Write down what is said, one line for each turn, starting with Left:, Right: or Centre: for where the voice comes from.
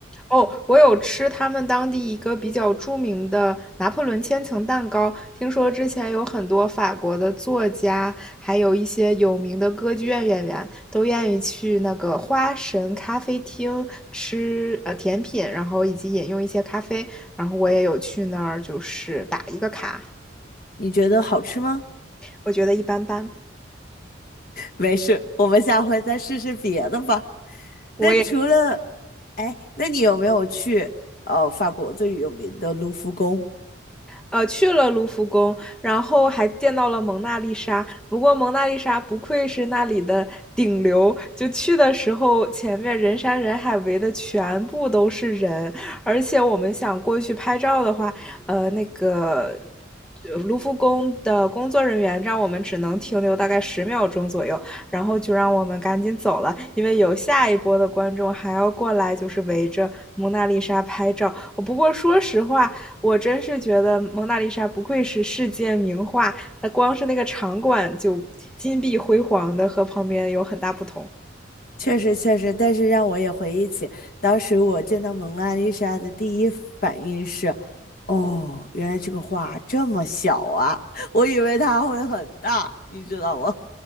Centre: 哦，我有吃他们当地一个比较著名的拿破仑千层蛋糕，听说之前有很多法国的作家，还有一些有名的歌剧院演员都愿意去那个花神咖啡厅吃呃甜品，然后以及饮用一些咖啡，然后我也有去那儿就是打一个卡，
Left: 你觉得好吃吗？
Centre: 我觉得一般般。
Left: 没事，我们下回再试试别的吧。
Centre: 我也。
Left: 那除了，哎，那你有没有去呃法国最有名的卢浮宫？
Centre: 呃，去了卢浮宫，然后还见到了蒙娜丽莎。不过蒙娜丽莎不愧是那里的顶流，就去的时候前面人山人海围的全部都是人，而且我们想过去拍照的话，呃，那个。呃卢浮宫的工作人员让我们只能停留大概十秒钟左右，然后就让我们赶紧走了，因为有下一波的观众还要过来，就是围着蒙娜丽莎拍照。哦不过说实话，我真是觉得蒙娜丽莎不愧是世界名画，它光是那个场馆就金碧辉煌的，和旁边有很大不同。
Left: 确实确实，但是让我也回忆起当时我见到蒙娜丽莎的第一反应是，哦，原来这个画这么小啊，<laughs> 我以为它会很大，你知道吗？